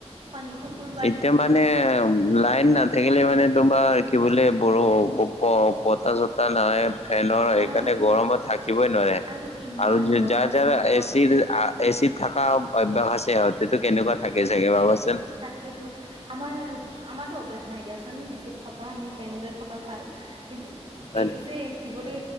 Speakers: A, on the right (about 55°); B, on the left (about 70°).
A: শনি শুকুৰ
B: এতিয়া মানে লাইন নাথাকিলে মানে তোমাৰ কি বোলে বৰ ব বতাহ চতাহ নাই ফেনৰ সেইকাৰণে
A: অঁ
B: গৰমত থাকিবই নোৱাৰে।
A: আৰু ইমান
B: আৰু
A: গৰম
B: যাৰ
A: আছিল
B: যাৰ
A: নহয়
B: এ চি আ এ চিত থকা অভ্যাস আছে সিহঁতেতো কেনেকুৱা থাকে চাগে ভাবাচোন।
A: তাকেতো, আমাৰ আমাৰতো অভ্যাস নাই দিয়াচোন এ চিত থকা আমি ফেনতে থকা ভাল, কিন্তু
B: হয়
A: এইটো যে কি বোলে